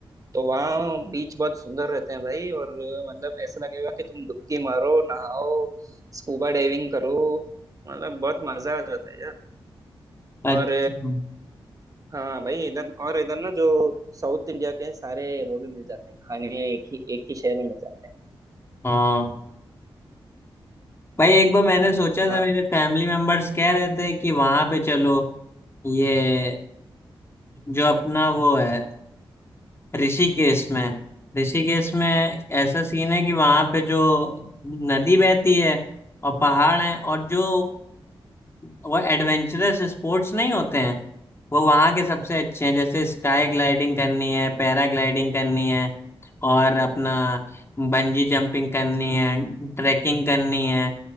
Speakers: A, on the right (about 35°); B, on the left (about 25°).
A: तो वहाँ बीच बहुत सुंदर रहते हैं भाई और अ, मतलब ऐसा लगेगा कि तुम डुबकी मारो नहाओ स्कूबा डाइविंग करो मतलब बहुत मजा आ जाता है यार
B: अच्छा
A: और
B: हम्म,
A: हाँ भाई इधर और इधर ना जो साउथ इंडिया के हैं, सारे वो भी मिल जाते हैं खाने एक ही एक ही शहर में मिल जाते हैं
B: हाँ भाई एक बार मैंने सोचा
A: हाँ
B: था मेरे फैमिली मेंबर्स कह रहे थे कि वहाँ पे चलो ये जो अपना वो है ऋषिकेश में ऋषिकेश में ऐसा सीन है कि वहां पे जो नदी बहती है और पहाड़ हैं और जो वो एडवेंचरस स्पोर्ट्स नहीं होते हैं वो वहाँ के सबसे अच्छे हैं जैसे स्काई ग्लाइडिंग करनी है पैरा ग्लाइडिंग करनी है और अपना बंजी जंपिंग करनी है ट्रैकिंग करनी है